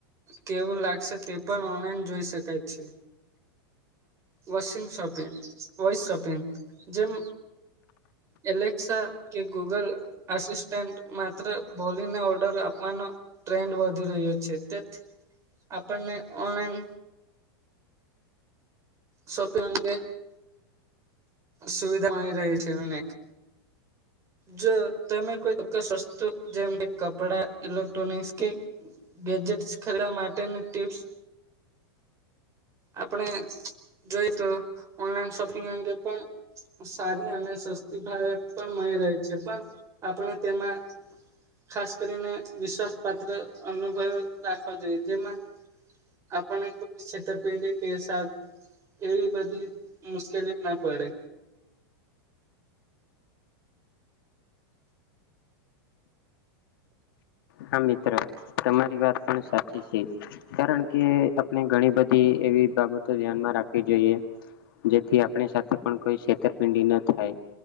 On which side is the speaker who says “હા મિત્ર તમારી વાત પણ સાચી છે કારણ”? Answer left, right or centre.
Left